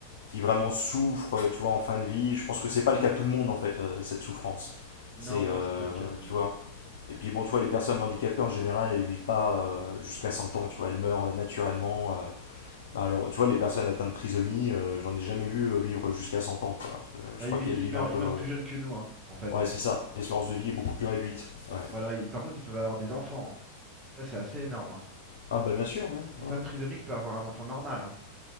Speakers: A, on the left (about 60°); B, on the right (about 20°).
A: qui vraiment souffrent, tu vois, en fin de vie. Je pense que c'est pas le cas de tout le monde, en fait, euh, cette souffrance.
B: Non,
A: C'est,
B: non,
A: euh,
B: c'est pas le cas de tout
A: tu
B: le monde.
A: vois. Et puis, bon, tu vois, les personnes handicapées, en général, elles vivent pas euh, jusqu'à 100 ans, tu vois, elles meurent euh, naturellement. euh. bah, alors, tu vois, les personnes atteintes de trisomie, euh, j'en ai jamais vu euh, vivre jusqu'à 100 ans, quoi. Euh, Je,
B: Ah,
A: crois
B: ils, vi-
A: qu'elles
B: ils
A: vivent
B: meurent,
A: un peu...
B: ils meurent
A: euh,
B: plus jeunes que nous, hein, en fait.
A: Ouais,
B: hein.
A: c'est ça. L'espérance
B: Ils-
A: de vie est beaucoup plus réduite. Ouais.
B: Voilà, ils- par contre, ils peuvent avoir des enfants. hein. Ça, c'est assez énorme. hein.
A: Ah, bah,
B: Une,
A: bien sûr, ouais.
B: une
A: ouais.
B: femme trisomique peut avoir un enfant normal. Hein.